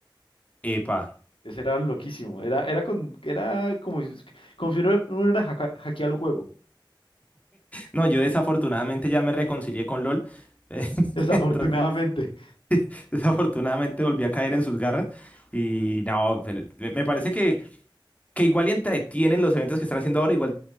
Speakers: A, on the left; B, on the left.
A: Epa.
B: Eso era loquísimo. Era, era, con, era como, si- como si uno, uno era hackeado el juego.
A: No, yo desafortunadamente ya me reconcilié con LOL. <laughs>
B: <laughs> Desafortunadamente.
A: Entonces <laughs> Desafortunadamente volví a caer en sus garras y no, pero me me parece que, que igual y entretienen los eventos que están haciendo ahora, igual